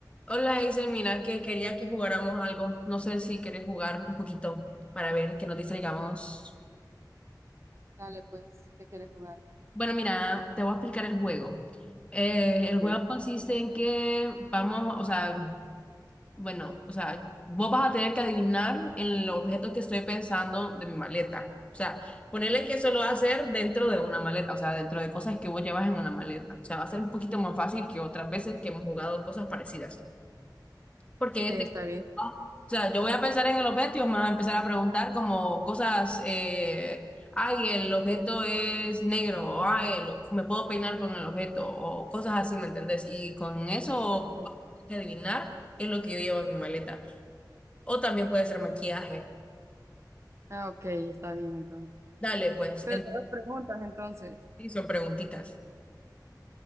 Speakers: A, on the left; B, on the right.
A: Hola, Hazel, mira que quería que jugáramos algo. No sé si quieres jugar un poquito para ver que nos distraigamos.
B: Dale, pues, ¿qué quieres jugar?
A: Bueno, mira, te voy a explicar el juego. Eh, el juego
B: Ok,
A: consiste en que vamos, o sea, bueno, o sea, vos vas a tener que adivinar el objeto que estoy pensando de mi maleta. O sea, ponerle que eso lo va a hacer dentro de una maleta, o sea, dentro de cosas que vos llevas en una maleta. O sea, va a ser un poquito más fácil que otras veces que hemos jugado cosas parecidas. Porque
B: ok,
A: en este
B: está
A: caso,
B: bien.
A: ¿no? o sea, yo voy a pensar en el objeto y me vas a empezar a preguntar como cosas, eh, ay, el objeto es negro, o ay, el- me puedo peinar con el objeto, o cosas así, ¿me entendés? Y con eso
B: Ok.
A: hay que adivinar qué es lo que yo llevo en mi maleta. O también puede ser maquillaje.
B: Ah, ok, está bien entonces.
A: Dale, pues,
B: Pero
A: en-
B: te hago preguntas entonces,
A: y son preguntitas.